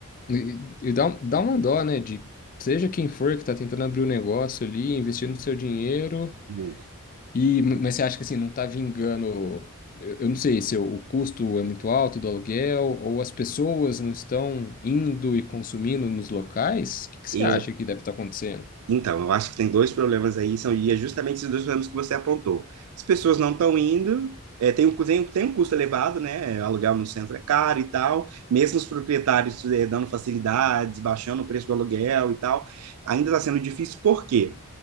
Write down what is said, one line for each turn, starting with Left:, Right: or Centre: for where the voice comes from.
Left: E, e dá, dá uma dó, né? De seja quem for que tá tentando abrir o negócio ali, investindo seu dinheiro.
Right: muito.
Left: E, mas você acha que assim, não está vingando? Eu eu não sei se o o custo é muito alto do aluguel ou as pessoas não estão indo e consumindo nos locais? O que que você
Right: Eu,
Left: acha que deve estar acontecendo?
Right: então, eu acho que tem dois problemas aí, são, e é justamente esses dois problemas que você apontou. As pessoas não estão indo, é, tem, um cu- tem, um- tem um custo elevado, né? Alugar no centro é caro e tal, mesmo os proprietários, é, dando facilidades, baixando o preço do aluguel e tal, ainda está sendo difícil, porque